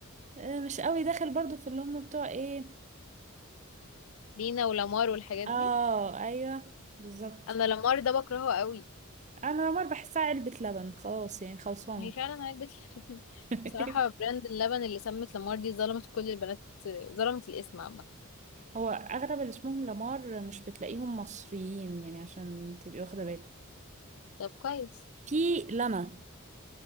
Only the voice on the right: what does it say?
آه، مش قوي داخل برضو في اللي هم بتوع ايه
اه
ايوه بالظبط
انا لامار بحسها علبة لبن خلاص يعني خلصانة
<laughs>
هو اغلب اللي اسمهم لامار مش بتلاقيهم مصريين يعني عشان تبقي واخدة بالك
في لما